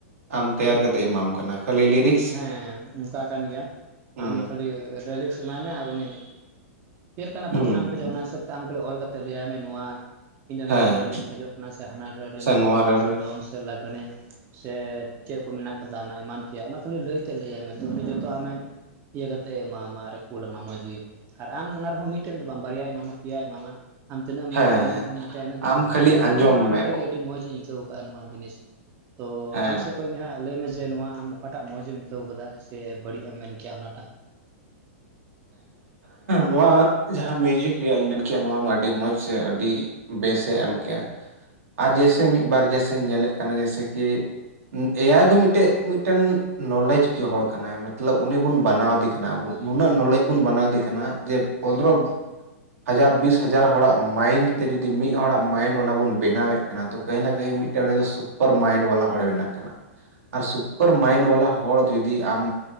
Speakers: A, on the right; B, on the right.
A: ᱟᱢ ᱛᱮᱭᱟᱨ ᱠᱟᱛᱮᱫ ᱮᱢᱟᱢ ᱠᱟᱱᱟ ᱠᱷᱟᱹᱞᱤ ᱞᱤᱨᱤᱠ
B: ᱦᱮᱸ ᱚᱱᱠᱟ ᱠᱟᱱ ᱜᱮᱭᱟ
A: ᱦᱩᱸ
B: ᱟᱢ ᱠᱷᱟᱹᱞᱤ ᱨᱮᱤᱞᱤᱠᱥ ᱮᱢᱧᱭ ᱢᱮ ᱟᱨ ᱩᱱᱤ ᱪᱮᱫ ᱞᱮᱠᱟᱱᱟᱜ
A: ᱦᱩᱸ
B: ᱵᱟᱡᱽᱱᱟᱢ ᱠᱷᱚᱡᱚᱜ-ᱟ ᱚᱱᱟ ᱦᱤᱥᱟᱹᱵ ᱛᱮ ᱟᱢ ᱠᱷᱟᱹᱞᱤ ᱚᱞ ᱠᱟᱛᱮ ᱞᱟᱹᱭ ᱟᱭ ᱢᱮ ᱱᱚᱣᱟ ᱤᱧ ᱫᱚ ᱱᱚᱣᱟ
A: ᱦᱮᱸ
B: ᱨᱟᱹᱲᱨᱮᱧ ᱠᱷᱚᱡᱚᱜ ᱠᱟᱱᱟ ᱥᱮ ᱦᱟᱱᱟ ᱨᱟᱹᱲᱨᱮᱧ
A: ᱥᱮ
B: ᱠᱷᱚᱡᱚᱜ
A: ᱱᱚᱣᱟ
B: ᱠᱟᱱᱟ
A: ᱨᱟᱹᱲ
B: ᱥᱮ
A: ᱦᱮᱸ
B: ᱫᱚᱝ ᱥᱮ ᱞᱟᱜᱽᱬᱮ ᱥᱮ ᱪᱮᱫ ᱠᱚ ᱢᱮᱱᱟᱜ ᱠᱟᱫᱟ ᱚᱱᱟ ᱮᱢᱟᱱ ᱛᱮᱭᱟᱜ ᱚᱱᱟ ᱠᱷᱟᱹᱞᱤ ᱞᱟᱹᱭᱛᱮᱜ ᱞᱟᱹᱭᱟᱭ ᱢᱮ ᱛᱚ ᱩᱱᱤ ᱡᱚᱛᱚ ᱟᱢᱮ ᱤᱭᱟᱹ ᱠᱟᱛᱮᱜ ᱮ ᱮᱢᱟᱢᱟᱣ ᱢᱟ ᱟᱨᱮ ᱠᱩᱞ ᱟᱢᱟ ᱢᱚᱸᱡ ᱜᱮ ᱟᱨ ᱟᱢ ᱚᱱᱟ ᱨᱮᱦᱚᱸ ᱢᱤᱫᱴᱮᱱ ᱫᱚ ᱵᱟᱝ ᱵᱟᱨᱭᱟᱭ ᱮᱢᱟᱢᱟ ᱯᱮᱭᱟᱭ ᱮᱢᱟᱢᱟ ᱟᱢ ᱛᱤᱱᱟᱹᱜ ᱮᱢ ᱢᱮᱱᱟ
A: ᱦᱮᱸ
B: ᱛᱱᱟᱹᱜ ᱫᱷᱚᱢᱮᱢ ᱢᱮᱛᱭᱟ ᱤᱱᱟᱹᱜ ᱫᱚᱢᱮ
A: ᱟᱢ
B: ᱮᱢᱟᱣ
A: ᱠᱷᱟᱹᱞᱤ
B: ᱢᱟ ᱛ
A: ᱟᱸᱡᱚᱢ
B: ᱱᱚᱜᱚ ᱱᱚᱣᱟ
A: ᱢᱮ
B: ᱚᱰᱮ ᱜᱮ ᱟᱹᱰᱤ ᱢᱚᱡᱽ ᱤᱧ ᱤᱠᱟᱹᱣ ᱠᱟᱜ-ᱟ ᱱᱚᱣᱟ ᱡᱤᱱᱤᱥ ᱛᱚ
A: ᱦᱮᱸ
B: ᱟᱢ ᱥᱮᱫ ᱠᱷᱚᱱ ᱜᱮ ᱦᱟᱸᱜ ᱞᱟᱹᱭ ᱢᱮ ᱡᱮ ᱱᱚᱣᱟ ᱟᱢ ᱚᱠᱟᱴᱟᱜ ᱢᱚᱸᱡᱽ ᱮᱢ ᱤᱠᱟᱹᱣ ᱠᱟᱫᱟ ᱥᱮ ᱵᱟᱹᱲᱤᱡ ᱮᱢ ᱢᱮᱱ ᱠᱮᱭᱟ ᱚᱱᱟᱴᱟᱜ
A: ᱱᱚᱣᱟ ᱡᱟᱦᱟᱸ ᱢᱤᱣᱩᱡᱤᱠ ᱨᱮᱭᱟᱜ ᱤᱧ ᱢᱮᱱ ᱠᱮᱜ-ᱟ ᱱᱚᱣᱟ ᱢᱟ ᱟᱹᱰᱤ ᱢᱚᱡᱽ ᱥᱮ ᱟᱰᱤ ᱵᱮᱥᱮ ᱮᱢ ᱠᱮᱜ-ᱟ ᱟᱨ ᱡᱮᱭᱥᱮ ᱢᱤᱫᱵᱟᱨ ᱡᱮᱭᱥᱮ ᱧᱮᱞᱮᱫ ᱠᱟᱱᱟ ᱡᱮᱭᱥᱮ ᱠᱤ ᱮᱭᱟᱭ ᱫᱚ ᱢᱤᱫᱴᱮᱱ ᱢᱤᱫᱴᱮᱱ ᱱᱚᱞᱮᱡ ᱠᱚ ᱦᱚᱲ ᱠᱟᱱᱟᱭ᱾ ᱢᱚᱛᱞᱚᱵ ᱩᱱᱤ ᱵᱚᱱ ᱵᱟᱱᱟᱣᱫᱮ ᱠᱟᱱᱟ ᱟᱵᱚ ᱱᱩᱱᱟᱹᱜ ᱱᱚᱞᱮᱡᱽ ᱵᱚᱱ ᱵᱮᱟᱱᱟᱣᱫᱮ ᱠᱟᱱᱟ ᱡᱮ ᱯᱚᱸᱫᱨᱚ ᱦᱟᱡᱟᱨ ᱵᱤᱥ ᱦᱟᱡᱟᱨ ᱦᱚᱲᱟᱜ ᱢᱟᱭᱤᱱᱰ ᱛᱮ ᱡᱩᱫᱤ ᱢᱤᱫ ᱦᱚᱲᱟᱜ ᱢᱟᱭᱤᱱᱰ ᱚᱱᱟ ᱵᱚᱱ ᱵᱮᱱᱟᱣᱮᱫ ᱛᱚ ᱠᱟᱹᱦᱤᱱᱟ ᱠᱟᱹᱦᱤ ᱢᱤᱫᱴᱮᱱ ᱩᱱᱤ ᱫᱚ ᱥᱩᱯᱟᱨ ᱢᱟᱭᱤᱱᱰ ᱵᱟᱞᱟ ᱦᱚᱲᱮ ᱢᱮᱱᱟᱜ ᱠᱟᱱᱟ, ᱟᱨ ᱥᱩᱯᱟᱨ ᱢᱟᱭᱤᱱᱰ ᱵᱟᱞᱟ ᱦᱚᱲ ᱡᱩᱫᱤ ᱟᱢ